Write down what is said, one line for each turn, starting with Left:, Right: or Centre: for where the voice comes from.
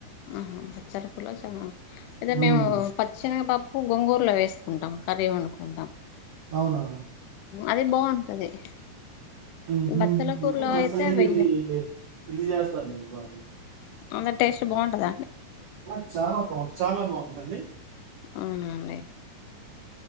Left: ఆహా పచ్చరి పుల చ అదే
Right: హ్మ్.
Left: మేము పచ్చినిగపా పు గొంగూరలో వేసుకుంటాం కర్రీ వండుకుంటాం
Right: భావనా
Left: అది బాగుంటది
Right: ఉహ్మ
Left: బచ్చల
Right: ఎక్కువ
Left: కూరలో
Right: మా
Left: అయితే
Right: సైడ్
Left: వెయ్యం
Right: ఇది ఇది జేస్తరు బా
Left: అంత టేస్ట్ బాంటద
Right: ఆ చాలా బాగుం చాలా బాగుంటందండి
Left: అవునండి